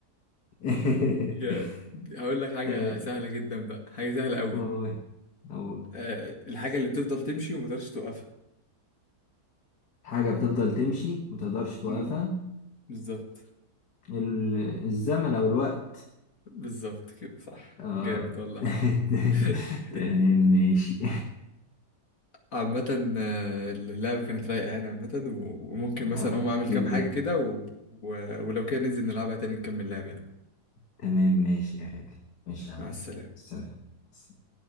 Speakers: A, on the left; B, on the left.
A: <laughs>
B: جامد. هقول لك حاجة
A: طيب
B: سهلة جدا بقى حاجة سهلة قوي
A: قول قول
B: أه الحاجة اللي بتفضل تمشي وما تقدرش توقفها
A: حاجة بتفضل تمشي متقدرش توقفها
B: مم، بالظبط
A: ال- الزمن او الوقت
B: بالظبط كده صح
A: اه
B: جامد والله
A: <laughs>
B: <laughs>
A: تمام ماشي
B: عامة آه، اللعبة كانت رايقة يعني عامة و- وممكن
A: اه
B: مثلا أقوم أعمل كام
A: جدا
B: حاجة كده و... و... ولو كان ننزل نلعبها تاني نكمل لعب يعني
A: تمام ماشي يعني ماشي يا حبيبي.
B: مع السلامة
A: سلام